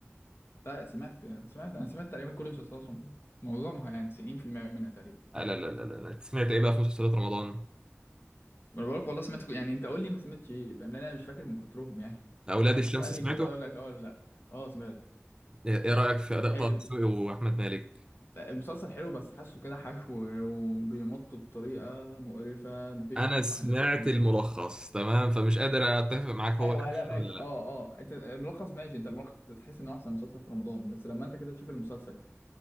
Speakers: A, on the left; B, on the right.
A: لا سمعت سمعت انا سمعت تقريبا كل مسلسلات رمضان معظمها يعني 90% منها تقريبا
B: آه، لا لا لا لا لا أنت سمعت ايه بقى في مسلسلات رمضان
A: ما انا بقولك والله سمعت كو- يعني انت قول لي ما سمعتش ايه فاهم لان انا مش فاكر من كترهم يعني <laughs>
B: اولاد
A: فانت
B: الشمس
A: تسالني
B: سمعته
A: كده اقول لك اه ولا لا اه سمعت
B: ايه إيه رايك في اداء
A: حلو
B: طه دسوقي واحمد مالك
A: المسلسل حلو بس حاسه كده حشو وبيمط بطريقه مقرفه مفيش
B: انا
A: خطوط
B: سمعت
A: احداث كتير
B: الملخص تمام فمش قادر اتفق معاك هو
A: ايوه
B: اكشن
A: لا ماشي
B: ولا لا
A: اه اه انت الملخص ماشي انت الملخص تحس انه احسن مسلسل في رمضان بس لما انت كده تشوف المسلسل